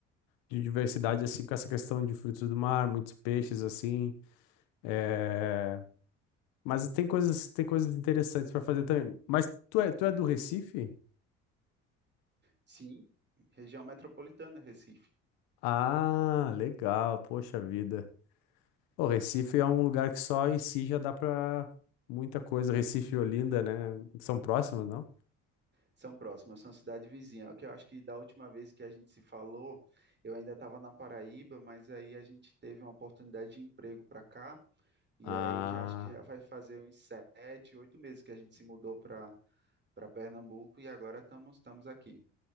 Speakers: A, on the left; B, on the right.
A: de diversidade, assim, com essa questão de frutos do mar, muitos peixes, assim. É... Mas tem coisas, tem coisas interessantes para fazer também. Mas tu é, tu é do Recife?
B: Sim, região metropolitana, Recife.
A: Ah, legal, poxa vida. O Recife é um lugar que só em si já dá pra muita coisa. Recife e Olinda, né? São próximos, não?
B: São próximas, são cidade vizinha. É O que eu acho que da última vez que a gente se falou, eu ainda estava na Paraíba, mas aí a gente teve uma oportunidade de emprego para cá. E
A: Ah,
B: aí já acho que já vai fazer uns sete, oito meses que a gente se mudou para para Pernambuco e agora estamos estamos aqui.